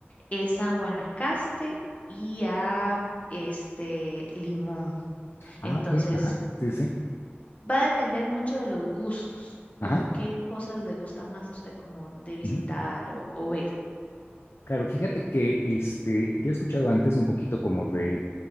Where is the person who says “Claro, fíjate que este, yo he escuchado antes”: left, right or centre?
Left